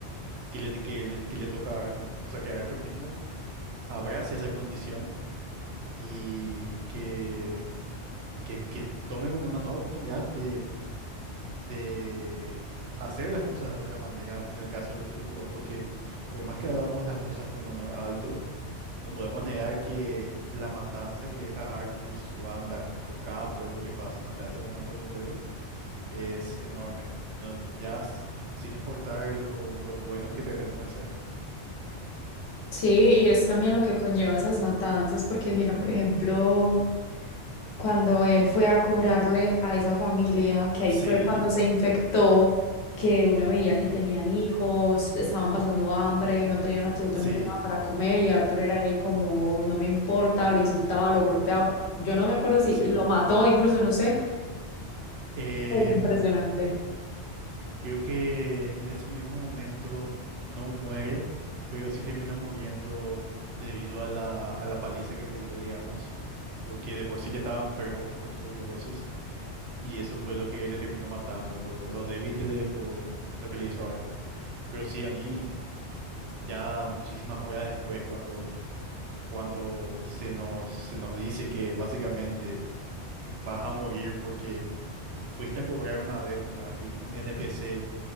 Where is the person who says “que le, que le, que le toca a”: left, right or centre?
Right